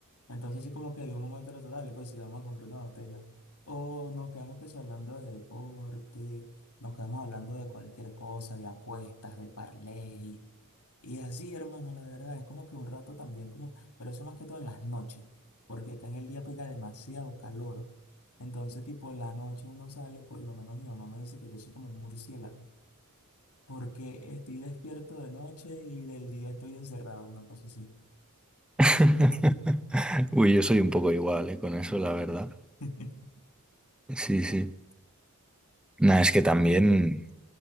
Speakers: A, on the left; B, in the centre.
A: Entonces sí como que de un momento al otro, dale, pues sí, vamos a comprar una botella. O nos quedamos que sí hablando de deporte, nos quedamos hablando de cualquier cosa, de apuestas, de parlay. Y así, hermano, la verdad, es como que un rato también, como, pero eso más que todo en las noches, porque acá en el día pega demasiado calor. Entonces, tipo, en la noche uno sale, por lo menos mi mamá me dice que yo soy como un murciélago, porque estoy despierto de noche y del día estoy encerrado, una cosa así.
B: <laughs> Uy, yo soy un poco igual, eh, con eso, la verdad.
A: <laughs>
B: Sí, sí. Nada, es que también